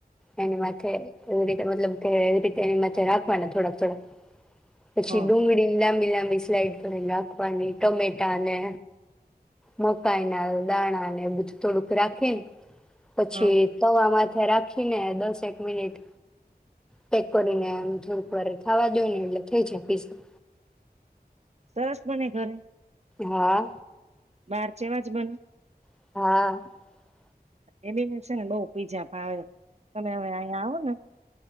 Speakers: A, in the centre; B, on the right.
A: એની
B: હ
A: માથે એવી રીતે મતલબ કે, એવી રીતે એમાં જરાક રાખવાના થોડાક થોડાક પછી
B: હ
A: ડુંગળીની લાંબી લાં ની સ્લાઈડ કરી નાખવાની ટમેટાને મકાઈના દાણા ને બધું થોડુંક રાખી પછી
B: હ
A: તવામાં રાખીને દસેક મિનિટ પેક કરીને થોડુંક વાર થાવાદો ને એટલે થઈ જાય પીઝા
B: સરસ બને ઘરે
A: હા
B: બાર જેવાજ બને
A: હ
B: એની મુસે હેંડો પીઝા ભાય તમે હવે અહીયા આવો ને